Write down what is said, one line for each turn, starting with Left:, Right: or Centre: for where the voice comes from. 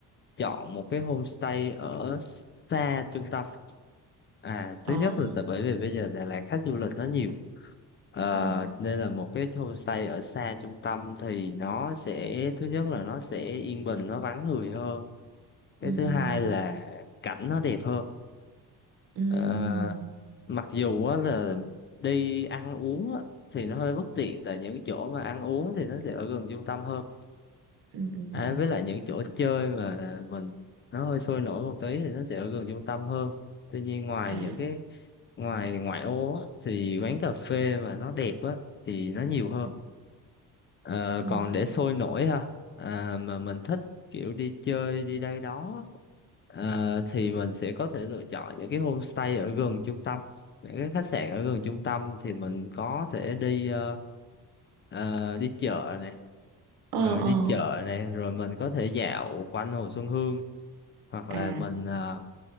Left: chọn một cái homestay ở xa trung tâm à thứ
Right: Ờ.
Left: nhất là tại bởi vì bây giờ Đà Lạt khách du lịch nó nhiều Ờ,
Right: Ừ.
Left: nên là một cái homestay ở xa trung tâm thì nó sẽ thứ nhất là nó sẽ yên bình nó vắng người hơn cái
Right: Ừ
Left: thứ
Right: ừ
Left: hai
Right: ừ.
Left: là cảnh nó đẹp hơn
Right: Ừ.
Left: Ờ, mặc dù á là đi ăn uống á, thì nó hơi bất tiện tại những cái chỗ mà ăn uống thì nó sẽ ở gần trung tâm hơn
Right: Ừ ừ
Left: à,
Right: ừ.
Left: với lại những chỗ chơi mà mình nó hơi sôi nổi một tí thì nó sẽ ở gần trung tâm hơn tuy nhiên ngoài
Right: À.
Left: những cái ngoài ngoại ô á, thì quán cà phê mà nó đẹp á thì nó nhiều hơn
Right: Ừ.
Left: Ờ,
Right: Ừ.
Left: còn để
Right: ừ.
Left: sôi nổi ha à, mà mình thích kiểu đi chơi đi đây đó ờ, thì mình sẽ có thể lựa chọn những cái homestay ở gần trung tâm những cái khách sạn ở gần trung tâm thì mình có thể đi ờ, Ờ, đi chợ này
Right: Ờ
Left: ờ,
Right: ờ.
Left: đi chợ này rồi mình có thể dạo quanh Hồ Xuân Hương hoặc là
Right: À.
Left: mình ờ,